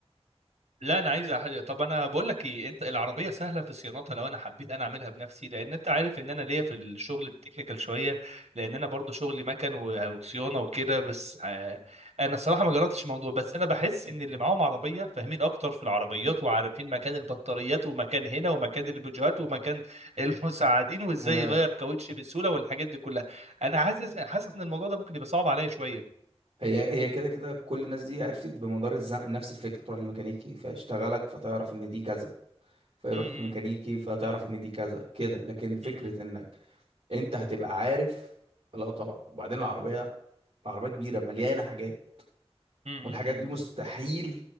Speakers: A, on the right (about 80°); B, on the right (about 55°).
A: لا انا عايز حاجه طب انا بقول لك ايه انت العربيه سهله في صيانتها لو انا حبيت انا اعملها بنفسي لان انت عارف ان انا ليا في الشغل التكنيكال شويه لان انا برضو شغلي مكن و- وصيانه وكده بس آه انا الصراحه ما جربتش الموضوع بس انا بحس ان اللي معاهم عربيه فاهمين اكتر في العربيات وعارفين مكان البطاريات ومكان هنا ومكان البوجيهات ومكان <laughs> المساعدين وازاي
B: آه.
A: يغير كاوتش بسهوله والحاجات دي كلها انا حاسس حاسس ان الموضوع ده ممكن يبقى صعب عليا شويه
B: هي هي كده كده كل الناس دي عرفت بمدار الزمن نفس الفكره تروح للميكانيكي فيشتغلك فتعرف ان دي كذا فيروح
A: <clears throat>
B: في ميكانيكي
A: <laughs>
B: فتعرف ان دي كذا كده لكن فكره
A: مم.
B: انك انت هتبقى عارف لا طبعا وبعدين العربيه العربيه كبيره مليانه حاجات
A: مم.
B: والحاجات دي مستحيل